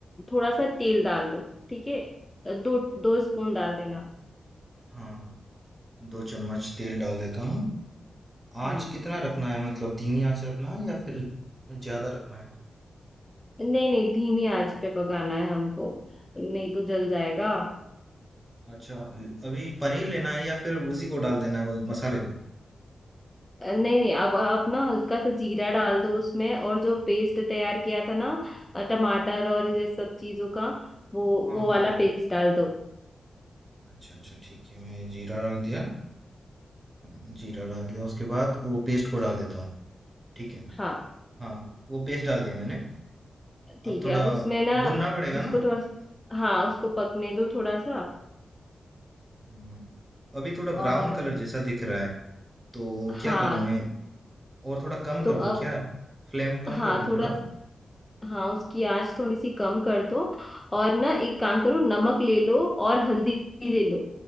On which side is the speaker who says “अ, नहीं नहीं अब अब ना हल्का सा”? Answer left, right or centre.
Left